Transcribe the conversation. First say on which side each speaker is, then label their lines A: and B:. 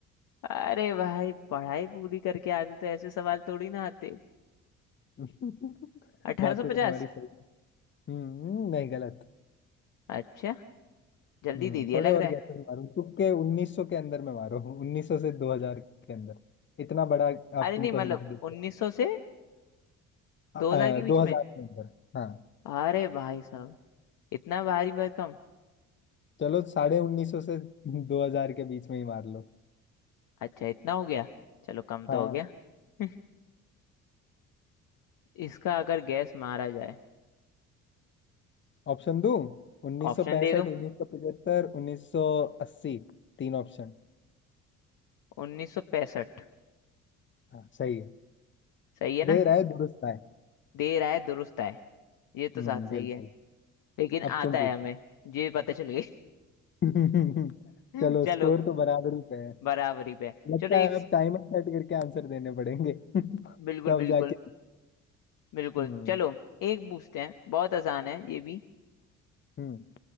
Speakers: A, on the left; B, on the left.
A: अरे भाई पढ़ाई पूरी करके आते तो ऐसे सवाल थोड़ी ना आते
B: <laughs>
A: 1850
B: बात तो तुम्हारी सही है हम्म नहीं गलत
A: अच्छा जल्दी
B: हम्म
A: दे दिया
B: थोड़े
A: लग
B: और
A: रहा
B: गैसेस
A: है
B: मारो तुक्के 1900 के अंदर में मारो 1900 से 2000 के अंदर इतना बड़ा आप
A: अरे
B: तुमको
A: नहीं मतलब
B: हिंट दे दिया
A: 1900 से
B: अ,
A: 2000
B: अ,
A: के बीच
B: दो
A: में
B: हजार के अंदर हाँ
A: अरे भाई साहब इतना भारी भरकम
B: चलो साढ़े उन्नीस सौ से दो हजार के बीच में ही मार लो
A: अच्छा इतना हो गया चलो कम
B: हाँ
A: तो हो गया <laughs> इसका अगर गैस मारा जाए
B: ऑप्शन दूं उन्नीस
A: ऑप्शन
B: सौ पैंसठ
A: दे दो
B: उन्नीस सौ पचहत्तर उन्नीस सौ अस्सी तीन ऑप्शन
A: 1965
B: हाँ सही है
A: सही है ना
B: दे रहा है दुरुस्त है
A: देर आए दुरुस्त आए ये तो
B: हम्म
A: साथ सही
B: बिल्कुल
A: है लेकिन
B: अब
A: आता
B: तुम पूछो
A: है हमें ये पता चल गई
B: <laughs>
A: <laughs>
B: चलो
A: चलो
B: स्कोर तो बराबरी पे है
A: बराबरी पे
B: लगता
A: चलो एक
B: है अब टाइमर सेट करके आंसर देने पड़ेंगे <laughs>
A: बिल्कुल
B: तब
A: बिल्कुल
B: जाके
A: बिल्कुल
B: हम्म
A: चलो एक पूछते हैं बहुत आसान है ये भी
B: हम्म